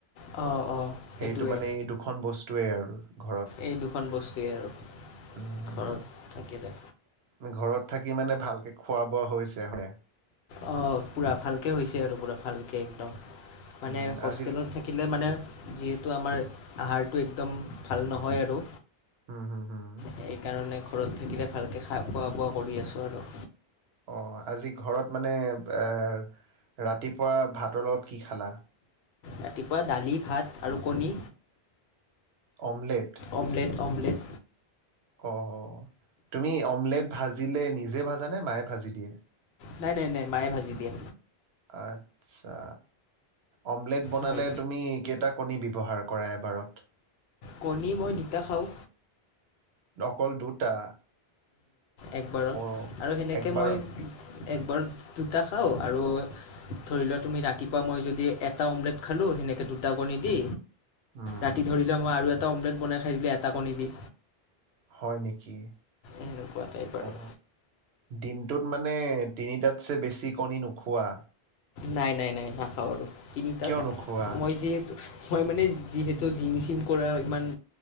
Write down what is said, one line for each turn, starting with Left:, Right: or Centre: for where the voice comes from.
Left: অ। অ' সেইটোৱে
Right: সেইটো মানে এই দুখন বস্তুৱেই আৰু ঘৰত।
Left: এই দুখন বস্তুৱেই আৰু
Right: উম,
Left: ঘৰত
Right: উম,
Left: থাকিলে।
Right: ঘৰত থাকি মানে ভালকে খোৱা বোৱা হৈছে হে?
Left: অ পুৰা, ভালকে হৈছে আৰু, পুৰা ভালকে, একদম। মানে,
Right: উম
Left: হোষ্টেলত
Right: আজি
Left: থাকিলে মানে যিহেতু আমাৰ আহাৰটো একদম ভাল নহয় আৰু।
Right: হম হম হম
Left: সেইকাৰণে। ঘৰত থাকিলে ভালকৈ খা খোৱা বোৱা কৰি আছোঁ আৰু।
Right: অ আজি ঘৰত মানে এ ৰাতিপুৱা ভাতৰ লগত কি খালা।
Left: ৰাতিপুৱা দালি ভাত আৰু কণী।
Right: অমলেট।
Left: অমলেট অমলেট
Right: অ অ তুমি অমলেট ভাজিলে নিজে ভাজা নে মায়ে ভাজি দিয়ে।
Left: নাই নাই নাই মায়ে ভাজি দিয়ে।
Right: আচ্ছা অমলেট বনালে
Left: হয়
Right: তুমি কেইটা কণী দিব। ব্যৱহাৰ কৰা এবাৰত।
Left: কণী মই দুটা খাওঁ।
Right: অকল দুটা।
Left: একবাৰত
Right: অ
Left: আৰু সেনেকে
Right: একবাৰ
Left: মই। একবাৰ দুটা খাওঁ আৰু ধৰি লোৱা তুমি ৰাতিপুৱা মই যদি এটা অমলেট খালোঁ সেনেকৈ দুটা কণী দি।
Right: উম
Left: ৰাতি ধৰিলে মই আৰু এটা। এটা অমলেট বনাই খাই দিলে এটা কণী দি।
Right: হয় নেকি।
Left: এনেকুৱাটাই বাৰু।
Right: অ'। দিনটোত মানে তিনিটাতছে বেছি কণী নোখোৱা।
Left: নাই নাই নাই নাখাও বাৰো। তিনি
Right: কিয়
Left: তাত
Right: নোখোৱা?
Left: মই যিহেতু। মই মানে যিহেতু জিম চিম কৰা ইমান